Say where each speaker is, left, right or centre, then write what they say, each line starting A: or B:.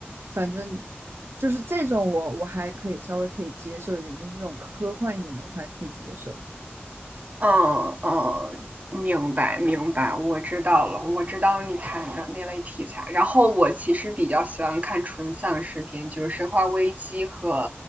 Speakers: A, on the right (about 85°); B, on the right (about 35°).
A: 反正。就是这种我我还可以稍微可以接受一点，就是这种科幻一点的我还可以接受。
B: 嗯嗯，明白明白，我知道了，我知道你谈的那类题材。然后我其实比较喜欢看纯丧尸片，就是《生化危机》和